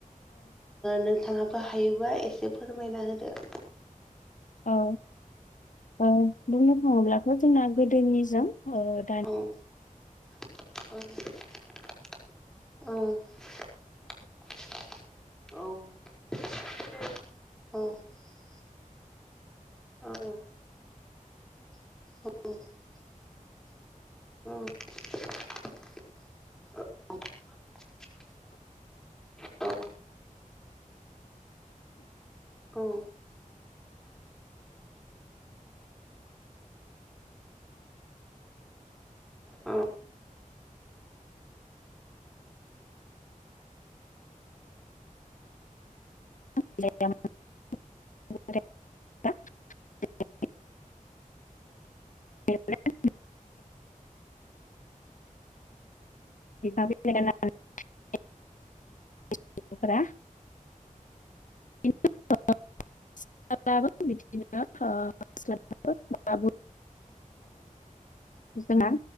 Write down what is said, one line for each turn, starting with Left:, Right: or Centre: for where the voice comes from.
Centre: नोंथाङाबो हायोबा एसे फोरमायना होदो ।
Left: ओ ओबुंनो थाङोब्लाथ' जोंना गोदोनिजों । दानि
Centre: औ <inaudible> <unintelligible> औ <inaudible> <unintelligible> औ। औ। औ
Left: <unintelligible> <unintelligible> <unintelligible> <unintelligible> <unintelligible> बाबा बिदिनो ओ <unintelligible> दाबो जोंहा